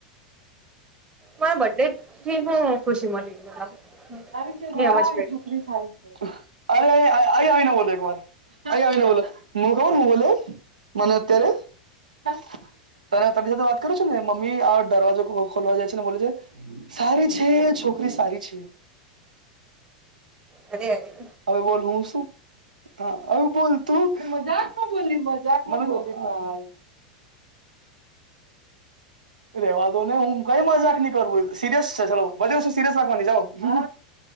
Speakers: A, on the right; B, on the right.
A: મારા બર્થડેટથી હું ખુશી મળી?
B: સારી છે,
A: નહી
B: વાહ
A: હમજ પડી
B: એ છોકરી સારી છે. અરે આ અહીં અહીં આવી ને બોલો એક વાર અહીં આવી ને બોલો <unintelligible> મને અત્યારે તમે તની સાથે વાત કરો છો ને મમ્મી આ દરવાજો ખોલવા જાય છે, ને બોલે છે સારી છે છોકરી સારી છે.
A: અ <unintelligible>
B: હવે બોલ હું શું હ હવે બોલ તું મજાકમાં બોલી મજાકમાં બોલી ભાઈ રેવા દો નહી હું કઈ મજાક નહી કરું સિરિયસ છે ચલો બધી વસ્તુ સિરિયસ નાખવાની જા